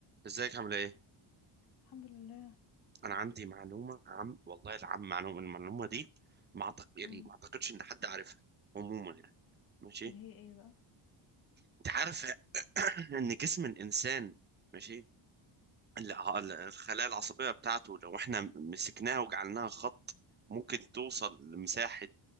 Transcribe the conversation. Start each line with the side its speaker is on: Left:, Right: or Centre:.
Right: ازيك عامل ايه؟
Left: الحمد لله
Right: انا عندي معلومه عم والله العم معلومه المعلومه دي ما أعتق... يعني
Left: امم
Right: ما اعتقدش ان حد عارفها عموما يعني ماشي
Left: اللي هي ايه بقى
Right: انت عارف <coughs> <clears throat> ان جسم الانسان ماشي ال- ال- الخلايا العصبيه بتاعته لو احنا مسكناها وجعلناها خط ممكن توصل لمساحه